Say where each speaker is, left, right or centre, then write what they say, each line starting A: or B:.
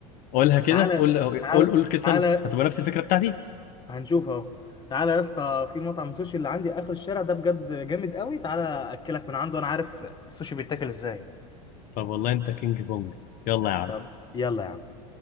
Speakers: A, on the left; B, on the left.
A: قولها كده
B: تعالى
A: قول
B: تعالى
A: قول قول كده سنه
B: تعالى
A: هتبقى نفس الفكره بتاعتي
B: هنشوف اهو تعالى يا اسطى في مطعم سوشي اللي عندي اخر الشارع ده بجد جامد قوي تعالى اكلك من عنده انا عارف السوشي بيتاكل ازاي
A: طب والله انت كينج كونج يلا يا عم
B: طب يلا يا عم